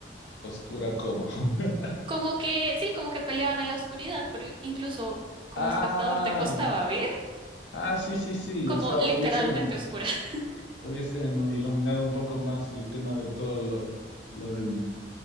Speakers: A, on the left; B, on the right.
A: oscura como. <laughs>
B: Como que, sí, como que peleaban en la oscuridad, pero incluso como
A: Ah,
B: espectador te costaba ver
A: ah, sí, sí, sí.
B: como
A: O sea,
B: literalmente
A: hubiesen,
B: oscura. <laughs>
A: hubiesen iluminado un poco más el tema de todo lo, lo
B: Mm.
A: de